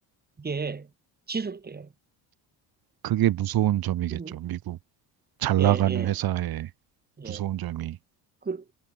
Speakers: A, on the right; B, on the right.
A: 이게 지속돼요.
B: 그게 무서운 점이겠죠.
A: 음.
B: 미국 잘
A: 예,
B: 나가는
A: 예,
B: 회사의
A: 예.
B: 무서운 점이.
A: 그,